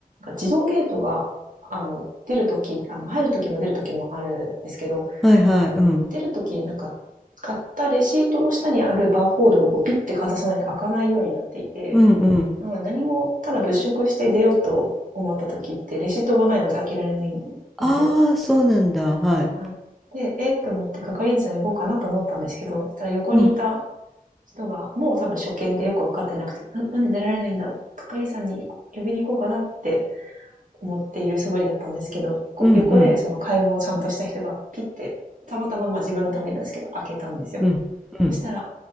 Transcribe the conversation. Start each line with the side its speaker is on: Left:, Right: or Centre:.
Right: 自動ゲートが、あの、出るとき、あの、入るときも出るときもあるんですけど、
Centre: はいはい、
Right: あの、
Centre: うん。
Right: 出るとき、なんか、買ったレシートの下にあるバーコードをこうピッてかざさないと開かないようになっていて、
Centre: うんうん。
Right: なので何も、ただ物色して出ようと思ったときって、レシートがないので開けられないんですよ。
Centre: ああ、そうなんだ。はい。
Right: はい。で、えー、と思って係員さん呼ぼうかなと思ったんですけど、そしたら横にいた
Centre: うん、
Right: 人が、もう多分初見でよくわかってなくて、ななんで出られないんだ係員さんに呼びに行こうかなって思っている素振りだったんですけど、
Centre: うんうん、
Right: 横でその買い物をちゃんとした人がピッて、たまたままあ自分のためになんですけど、開けたんですよ。
Centre: うん、うん、
Right: そしたら、